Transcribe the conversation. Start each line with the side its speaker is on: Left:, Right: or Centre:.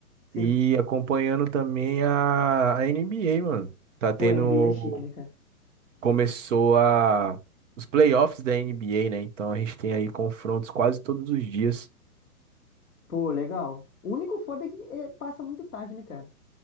Centre: sim.
Right: E acompanhando também a, a NBA, mano. Tá tendo.
Centre: Pô, NBA é chique, né, cara?
Right: Começou a. Os playoffs da NBA, né? Então a gente tem aí confrontos quase todos os dias.
Centre: Pô, legal. O único foda é que é, passa muito tarde, né, cara?